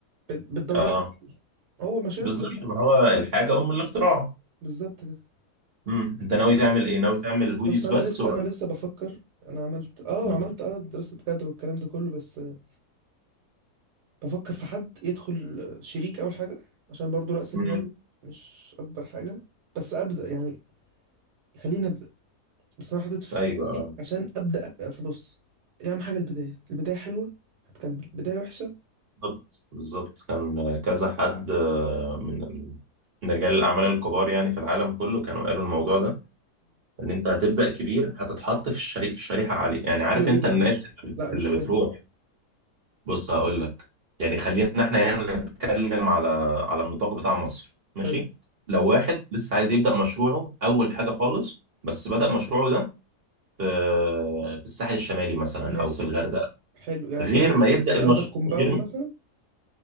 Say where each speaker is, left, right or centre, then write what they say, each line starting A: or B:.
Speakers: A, on the right (about 80°); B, on the right (about 45°).
A: بت- بتدور
B: اه
A: لها هو المشاريع
B: بالظبط
A: كلها كده.
B: ما هو الحاجه ام الاختراع
A: بالظبط كده
B: امم انت ناوي تعمل ايه ناوي تعمل هوديز
A: بص انا
B: بس
A: لسه
B: ولا
A: انا لسه بفكر انا عملت اه
B: امم
A: عملت اه دراسة جدوى والكلام ده كله بس آه، بفكر في حد يدخل آه، شريك اول حاجة عشان برضو رأس المال
B: أمم.
A: مش اكبر حاجة بس ابدأ يعني خليني ابدأ بس انا حاطط في
B: ايوه
A: بالي
B: آه.
A: عشان ابدأ اصل بص إيه اهم حاجة البداية البداية حلوة هتكمل بداية وحشة
B: بالظبط بالظبط كان كذا حد آه، من ال... من رجال الأعمال الكبار يعني في العالم كله كانوا قالوا الموضوع ده إن أنت هتبدأ كبير هتتحط في الشريحة في الشريحة عالية يعني عارف
A: قالوا
B: أنت
A: ايه بقى
B: الناس
A: مش لا مش
B: اللي بتروح
A: فاهم
B: بص هقول لك يعني خلينا إحنا هنا نتكلم على على النطاق بتاع مصر ماشي
A: حلو
B: لو واحد لسه عايز يبدأ مشروعه أول حاجة خالص بس بدأ مشروعه ده في في الساحل الشمالي مثلا
A: ماشي
B: أو في الغردقة
A: حلو يعني
B: غير
A: اعتبر
B: ما يبدأ
A: يعني
B: المش...
A: قصدك كومباوند
B: غير
A: مثلا